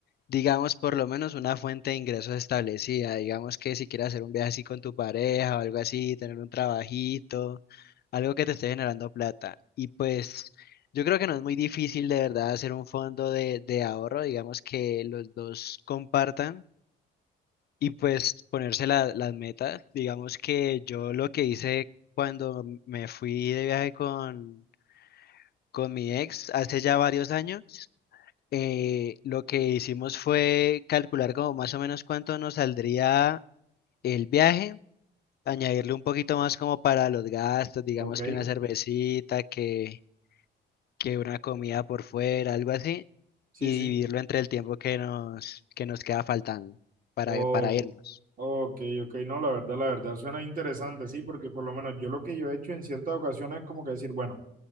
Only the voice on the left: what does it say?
digamos, por lo menos una fuente de ingresos establecida. Digamos que si quieres hacer un viaje así con tu pareja o algo así, tener un trabajito, algo que te esté generando plata. Y pues yo creo que no es muy difícil de verdad hacer un fondo de, de ahorro, digamos que los dos compartan y pues ponerse la- las metas. Digamos que yo lo que hice cuando me fui de viaje con, con mi ex hace ya varios años eh, lo que hicimos fue calcular como más o menos cuánto nos saldría el viaje, añadirle un poquito más como para los gastos, digamos
que una cervecita, que, que una comida por fuera, algo así,
y
dividirlo entre el tiempo que nos, que nos queda faltando para,
para irnos.